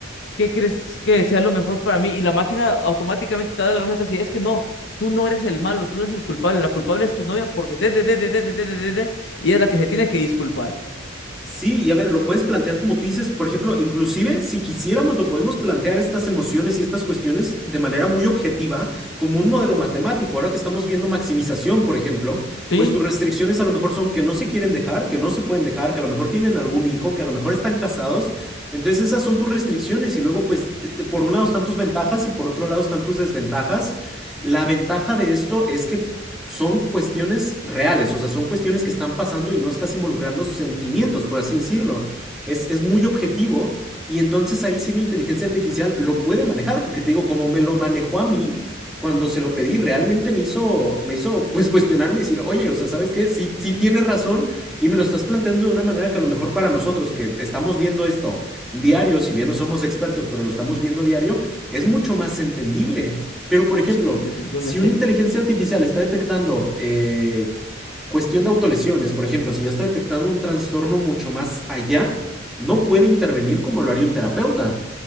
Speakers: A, on the left; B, in the centre.
A: ¿qué crees que sea lo mejor para mí? Y la máquina automáticamente te da la receta así, es que no, tú no eres el malo, tú no eres el culpable, la culpable es tu novia porque te, te, te, te, te, te, te, te, te, te", y es la que se tiene que disculpar.
B: Sí, y a ver, lo puedes plantear como tú dices, por ejemplo, inclusive si quisiéramos, lo podemos plantear estas emociones y estas cuestiones de manera muy objetiva, como un modelo matemático. Ahora que estamos viendo maximización, por ejemplo,
A: Sí,
B: pues tus restricciones a lo mejor son que no se quieren dejar, que no se pueden dejar, que a lo mejor tienen algún hijo, que a lo mejor están casados. Entonces esas son tus restricciones y luego pues eh, eh, por un lado están tus ventajas y por otro lado están tus desventajas. La ventaja de esto es que son cuestiones reales, o sea, son cuestiones que están pasando y no estás involucrando sentimientos, por así decirlo. Es, es muy objetivo y entonces ahí sí la inteligencia artificial lo puede manejar, porque te digo, como me lo manejó a mí, cuando se lo pedí, realmente me hizo, me hizo pues cuestionarme y decir, oye, o sea, ¿sabes qué? Sí, sí tienes razón y me lo estás planteando de una manera que a lo mejor para nosotros que estamos viendo esto diario, si bien no somos expertos, pero lo estamos viendo diario, es mucho más entendible. Pero, por ejemplo,
A: sí, definitivamente.
B: si una inteligencia artificial está detectando eh, cuestión de autolesiones, por ejemplo, si ya está detectando un trastorno mucho más allá, no puede intervenir como lo haría un terapeuta.